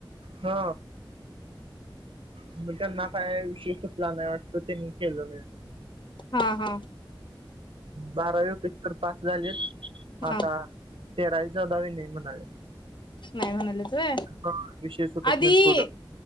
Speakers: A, on the right; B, on the left.
A: हा मग त्यांना काय विषय सुटला नाही वाटत त्यांनी केलं नाही
B: हा हा
A: बारावीपस्र पास झाले आता
B: हा
A: तेरावी चौदावी नाही म्हणाले
B: नाही म्हणालचय
A: हा विषय सुटत
B: आधी
A: नाही पुढं